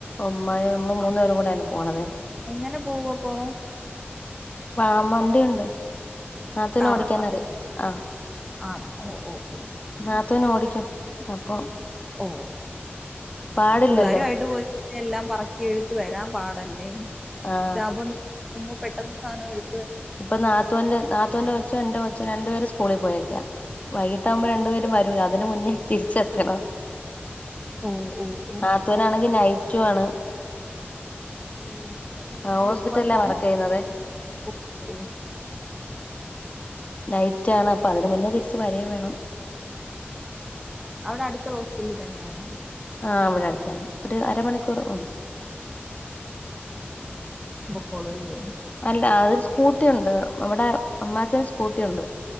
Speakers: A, on the left; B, in the centre.
A: അമ്മായി നമ്മള്
B: ആ
A: മൂന്നു പേരും കൂടെയാണ് പോണത്
B: എങ്ങനെ പോവും അപ്പോ
A: വാ വണ്ടിയുണ്ട് നാത്തൂനോടിക്കാനറിയാം
B: കാറുണ്ടോ
A: ആ
B: ആണോ ഓ ഓ ഓ
A: നാത്തൂനോടിക്കും അപ്പൊ
B: ഓ
A: പാടില്ലല്ലോ
B: പിള്ളാരു ആയിട്ട് പോയികഴിഞ്ഞാൽ എല്ലാം പറക്കി എടുത്ത് വരാം പാടല്ലേ
A: ആഹ്
B: ഇതാകുമ്പോ പെട്ടെന്ന് സാധനം എടു
A: ഇപ്പൊ നാത്തൂന്റെ നാത്തൂന്റെ കൊച്ചും എന്റെ കൊച്ചും രണ്ടുപേര് സ് സ്കൂളിൽ പോയേക്കാ വൈകിട്ടാകുമ്പോ രണ്ടുപേരും വരൂല്ലോ അതിന് മുന്നേ തിരിച്ചെത്തണം
B: ഓ ഓ ഓ
A: നാത്തൂനാണെങ്കി
B: ഓ
A: നൈറ്റുആണ്
B: <unintelligible>
A: ഹോസ്പിറ്റലിലാ വർക്ക് ചെയ്യുന്നതേ
B: ഹോസ്പിറ്റൽ
A: നൈറ്റാണ് അപ്പൊ അതിന് മുന്നേ തിരിച്ച് വരേം വേണം
B: അവടെ അടുത്തുള്ള ഹോസ്പിറ്റലിൽ തന്നെയാണോ
A: ആ വിടെ അടുത്തന്നെ ഒരു അരമണിക്കൂർ മതി
B: പോണല്ലേ
A: അല്ല അത് സ്കൂട്ടി ഉണ്ട് നമ്മടെ അമ്മാച്ചന് സ്കൂട്ടിയുണ്ട്